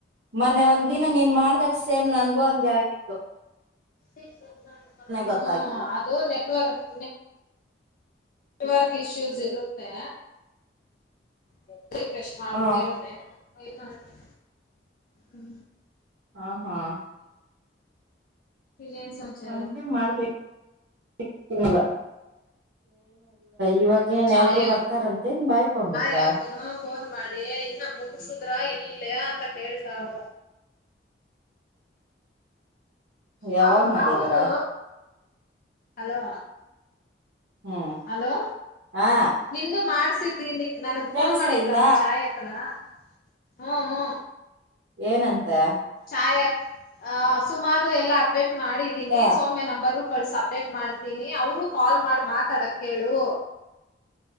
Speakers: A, on the right; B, on the left.
A: ಮೊನ್ನೆ ಒಂದ ದಿನ ನೀನ್ ಮಾಡ್ದ ಸೇಮ್ ನನಗೂ ಹಾಗೆ ಆಗಿದ್ದು
B: ನೆಟ್ ವರ್ಕ್ ಬರ್ತಾ
A: ಗೊತ್ತಾಗಿಲ್ಲ
B: ಇಲ್ಲ ಹೂ ನೆಟ್ ವರ್ಕ್ ನೆಟ್ವರ್ಕ್ ಸಮಸ್ಯೆ ಇರುತ್ತೆ ಹ <inaudible> ರಿಫ್ರೆಶ್ ಮಾಡೋಕೆ
A: ಹ
B: ಹೇಳಿಧೆ ಏನು ಮಾಡಿದೆ ಹೂ
A: ಹಾ ಹಾ
B: ಇನ್ನೇನ್ ಸಮಾಚಾರ
A: ಹಾಗೆ ಮಾಡಬೇಕು <unintelligible> ಏನೂ ಮಾಡೋಕೆ ಬರೋದಿಲ್ಲ ಇವಾಗ ಏನ್
B: ಚಾವಿ
A: ಎಲ್ರುೂ ಬರ್ತಾರಂತೇನ್ ಬಾಯ್ಕೊಂಡಕ್ಕ
B: ಹಾಕೋನ ಫೋನ್ ಮಾಡಿ ಇನು ಮುಗಿಸಿದರ ಇಲ್ಲಾ ಕೇಳ್ತಾವ
A: ಯಾವಾಗ್
B: ಹ
A: ಮಾಡಿದೀರಾ
B: ಹೌದು ಹಲೋ
A: ಹ್ಮ್
B: ಹಲೋ
A: ಹಾ
B: ನಿಂದು ಮಾಡ ತಿದೆ <unintelligible> ನನ್ಗ್
A: ಕೇಳಿಸ್ತಾ
B: ಫೋನ್ ಮಾಡಿದ್ಲಮ್ಮ
A: ಇಲ್ಲ
B: ಚಾಯ ಅಕ್ಕನಾ ಹೂ ಹೂ
A: ಏನಂತೆ
B: ನಾಯಕ್ ಹಾ ಸುಮಕ್ ಎಲ್ಲ ಅಪ್ಡೇಟ್ ಮಾಡಿದ್ದೀನಿ
A: ಹ
B: ಸೌಮ್ಯ ನಂಬರ್ ಕಾಲ್ ಸಪರೇಟ್ ಮಾಡ್ತೀನಿ ಅವರುಕಾಲ್ ಮಾಡಿ ಮಾತಾಡಕ್ ಹೇಳು